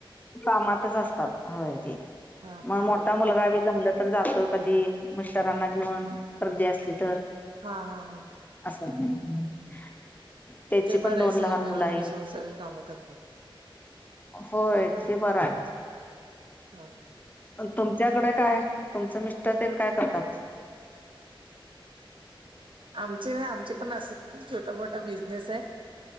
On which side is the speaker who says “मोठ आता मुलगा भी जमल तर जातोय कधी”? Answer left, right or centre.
Left